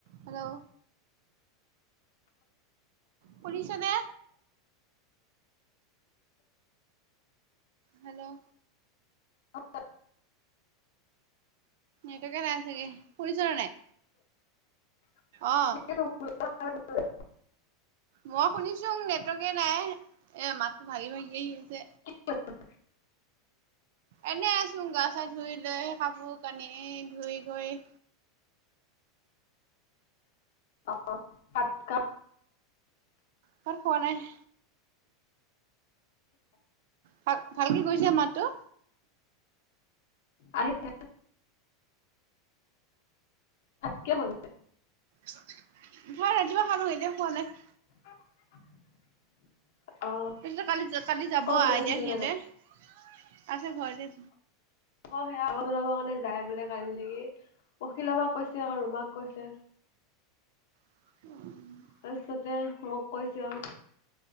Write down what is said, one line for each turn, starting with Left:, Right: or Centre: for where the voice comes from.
Right: Hello পুলিছনে hello
Left: অ
Right: এইটোকে নাই চাগে ফুৰিছৰ নাই
Left: <unintelligible>
Right: অ', মই শুনিছো নেটকে নাই এ মাতো ভাগি ভাগি আহি আছে
Left: <inaudible>
Right: এনে আছোন গা চা ধুই লৈ খাপোৰ কানি ধুই গৈ
Left: অ, কাতকা
Right: ভাত খোৱা নাই। ভাল, ভালকে কৰিছো মাতটো।
Left: আহিছে। তাকে বলে
Right: ভাল ৰাতিপুৱা খালো এতিয়া খোৱা নাই।
Left: <unintelligible> অ'
Right: তাৰপিছত কালি, কালি যাব
Left: ক'ত
Right: এতিয়া
Left: গ'লে চুনদাদা
Right: সিহঁতে আছে ঘৰতে।
Left: আকৌ সেয়া আগত জনাবৰ কাৰণে যায় বোলে কাল নেকি অখিলৰপাক কৈছে আকৌ ৰুমাক কৈছে।
Right: উম।
Left: তাৰপিছতে মোক কৈছে আৰু।